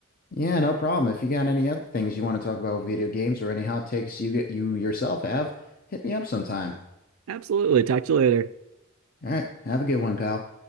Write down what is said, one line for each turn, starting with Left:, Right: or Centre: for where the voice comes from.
Left: Yeah, no problem. If you got any other things you want to talk about with video games or any hot takes you you yourself have, hit me up sometime.
Right: Absolutely. Talk to you later.
Left: All right, have a good one, pal.